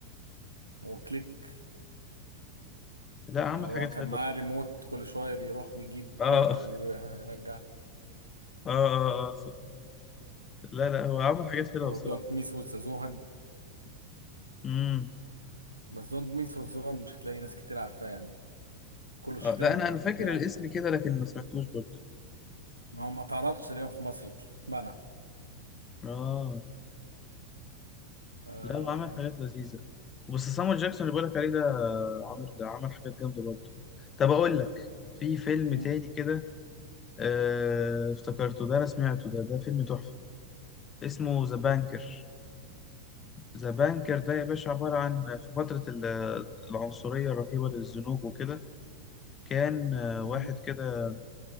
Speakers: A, on the right (about 80°); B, on the left (about 25°).
A: وكليك
B: لا عمل
A: اللي هو
B: حاجات
A: كان
B: حلوه
A: معاه
B: بصراحه
A: ريموت كل شويه بيروح ويجيب
B: اه
A: آه،
B: اه
A: يو- يرجع
B: اه, آه آه، صح. لا لا هو عمل حاجات حلوه
A: ودونت
B: بصراحه
A: ميس وذ زوهان
B: امم
A: بس دونت ميس وذ زوهان مش هتلاقي ناس كتير عارفاه يعني كله شتايم
B: آه لا انا انا
A: وبتاع
B: فاكر الاسم كده لكن ما سمعتوش برضه
A: ما هو ما اتعرضش تقريبا في مصر منع
B: اه
A: آه
B: لا هو عمل حاجات لذيذه بس سامويل جاكسون اللي بقولك عليه ده عمل عمل حاجات جامده برضه طب اقول لك في فيلم
A: مم،
B: تاني كده آه افتكرته ده انا سمعته ده ده فيلم تحفه اسمه ذا بانكر ذا بانكر ده يا باشا عبارة عن في فترة ال- العنصرية الرهيبة للزنوج وكده كان آه، واحد
A: مهم.
B: كده